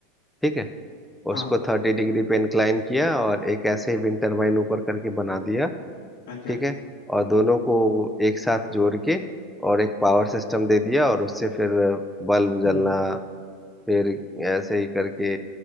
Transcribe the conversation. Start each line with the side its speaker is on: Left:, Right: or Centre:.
Centre: ठीक है
Left: हाँ
Centre: उसको थर्टी डिग्री पे इंक्लाइन किया और एक ऐसे ही विंड टरबाइन ऊपर करके बना दिया
Left: अच्छा
Centre: ठीक है और दोनों को एक साथ जोड़ के और एक पावर सिस्टम दे दिया और उससे फिर बल्ब जलना
Left: हम्म
Centre: फिर ऐसे ही करके